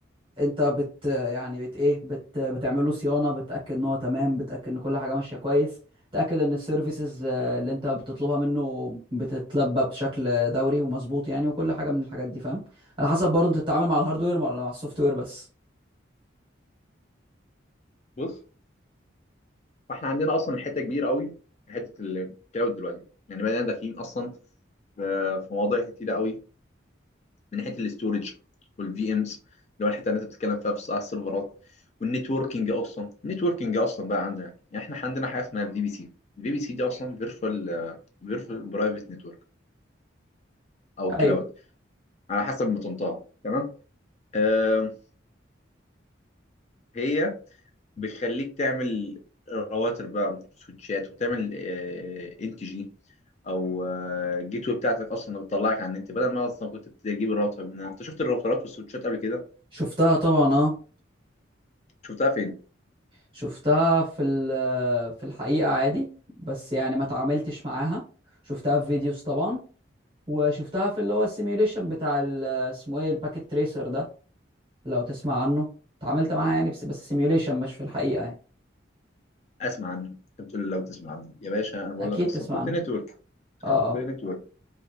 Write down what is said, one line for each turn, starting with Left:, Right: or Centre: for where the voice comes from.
Right: انت بت يعني بت ايه بت بتعمل له صيانه بتاكد ان هو تمام بتاكد ان كل حاجه ماشيه كويس تاكد ان السيرفيسز آه، اللي انت بتطلبها منه بتتلبى بشكل دوري ومظبوط يعني وكل حاجه من الحاجات دي فاهم على حسب برضه انت بتتعامل مع الهاردوير ولا مع السوفت وير بس
Left: بص فاحنا عندنا اصلا حته كبيره قوي في حته الكلاود دلوقتي يعني بدأنا داخلين اصلا ف- في مواضيع كتيره قوي من ناحيه الاستورج والفي امز اللي هو الحته اللي انت بتتكلم فيها بس على السيرفرات والنتوركينج اصلا النتوركينج اصلا بقى عندنا يعني احنا عندنا حاجه اسمها الفي بي سي الفي بي سي دي اصلا فيرتشوال فيرتشوال برايفت نتورك او كلاود
Right: ايوه
Left: على حسب ما تنطقها تمام آه هي بتخليك تعمل رواتر بقى سويتشات وتعمل ان تي جي او جيت واي بتاعتك اصلا اللي بتطلعك على النت بدل ما اصلا كنت بتجيب الراوتر من هنا انت شفت الراوترات والسويتشات قبل كده
Right: شفتها طبعا اه
Left: شفتها فين
Right: شفتها في ال- في الحقيقه عادي بس يعني ما تعاملتش معاها شفتها في فيديوز طبعا وشفتها في اللي هو السيميوليشن بتاع ال- اسمه ايه الباكيت تريسر ده لو تسمع عنه اتعاملت معاها يعني بس بس سيميوليشن مش في الحقيقة يعني
Left: اسمع عنه انت بتقول لي لو تسمع عنه يا باشا انا بقول
Right: اكيد
Left: لك اصلا
Right: تسمع
Left: كنت
Right: عنه
Left: نتورك
Right: اه
Left: انا كنت
Right: اه
Left: نتورك